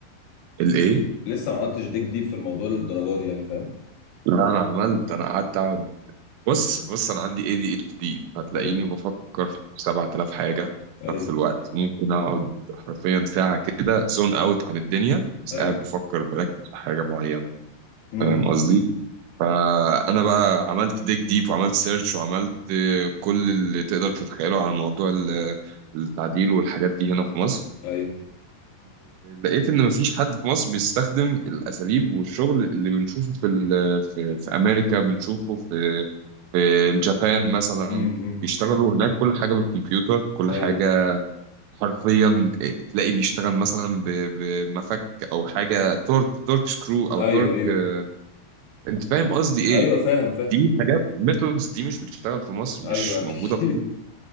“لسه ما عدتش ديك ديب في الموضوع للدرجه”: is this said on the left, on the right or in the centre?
Left